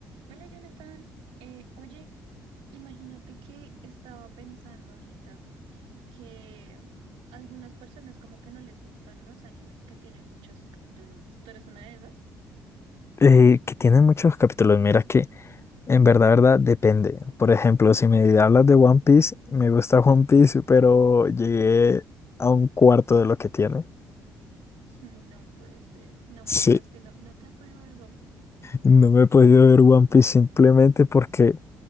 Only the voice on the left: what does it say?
Eh, que tiene muchos capítulos, mira que en verdad, verdad, depende. Por ejemplo, si me hablas de One Piece, me gusta One Piece, pero llegué a un cuarto de lo que tiene.
Sí,
no me he podido ver One Piece simplemente porque,